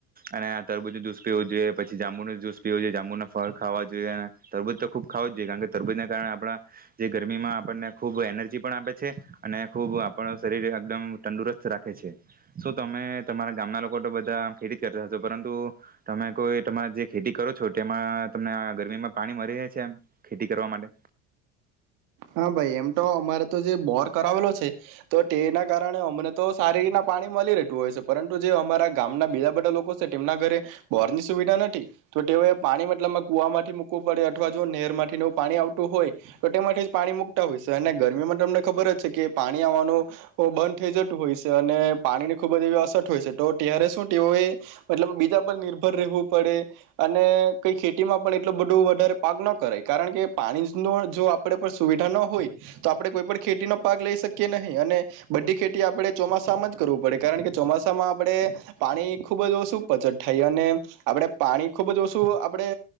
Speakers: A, on the right; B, on the right.
A: અને આ તરબૂજ જુસ પીવો જોઈએ પછી જાંબુનો જૂસ પીવો જોઈએ, જાંબુના ફળ ખાવા જોએ અને તરબૂજ તો ખૂબ ખાવું જ જોઈએ, કાણ કે તરબૂજને કારણે આપણા જે ગરમીમાં આપણને ખૂબ એનર્જી પણ આપે છે અને ખૂબ આ પણ શરીરે એકદમ તંદુરસ્ત રાખે છે, શું તમે તમારા ગામના લોકો ટો બઢા ખેતી જ કરતા છો, પરંતુ તમે કોઈ તમા જે ખેતી કરો છો ટેમાં તમને આ ગરમીમાં પાણી મરી રેય છે એમ ખેતી કરવા માટે?
B: હા ભાઈ એમ ટો અમારે તો જે બોર કરાવેલો છે ટો તેના કારણે અમને તો સારી રીતના પાણી મલી રેતું હોય છે, પરંતુ જે અમારા ગામના બીજા બધા લોકો સે તેમના ઘરે બોરની સુવિધા નઠી, ટો તેઓએ પાણી મતલબમાં કુવામાંથી મુૂકવું પડે અઠવા જો નેરમાંથી ને એવું પાણી આવતું હોય ટો તેમાંઠી પાણી મૂકટા હોય છે અને ગરમીમાં ટમને ખબર જ છે કે પાણી આવવાનું બંધ ઠઈ જતું હોય છે અને પાણીની ખુબ જ એવી અસત હોય છે, ટો ત્યારે શું ટેઓએ મતલબ બીજા પર નિર્ભર રહેવું પડે અને કઈ ખેતીમાં પણ એટલું બઢુ વધારે પાક ન કરાય કારણ કે પાણી જ ન જો આપણે પછ સુવિઢા ન હોય, તો આપણે કોઈ પણ ખેતીનો પાક લઈ શકીએ નહીં અને બધી ખેતી આપણે ચોમાસામાં જ કરવું પડે કારણ કે ચોમાસામાં આપણે પાણી ખૂબ જ ઓછું પચટ થાય અને આપણે પાણી ખૂબ જ ઓછું આપડે